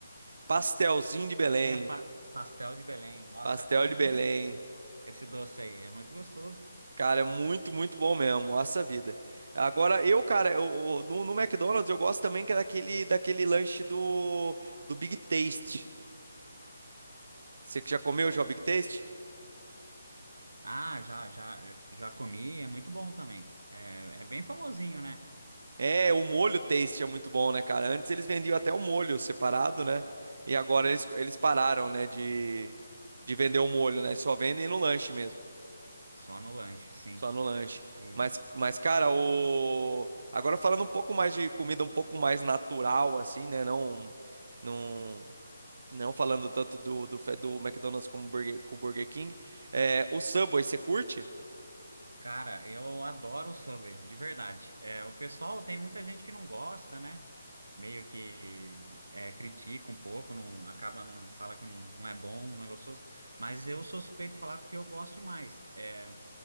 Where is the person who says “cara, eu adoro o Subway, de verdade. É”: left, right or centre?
Right